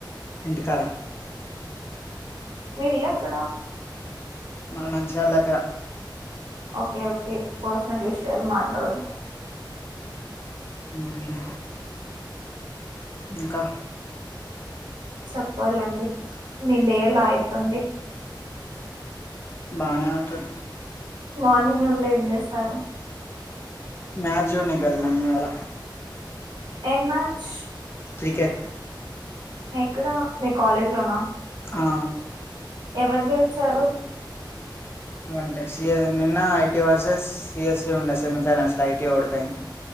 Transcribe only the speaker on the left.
ఇంటికాడ
మాది నంచార్ల దగ్గర
ఊహు ఇంకా
బానే అవుతది
మ్యాచ్ జూన్నీకి వెళ్లినం ఇవాళ
క్రికెట్
ఆ
అంటేస్ సీఎ నిన్న ఐటీ వర్సెస్ సిఎస్సి ఉండె సెమీ ఫైనాన్షిల్ ఐటీ ఓడిపోయింది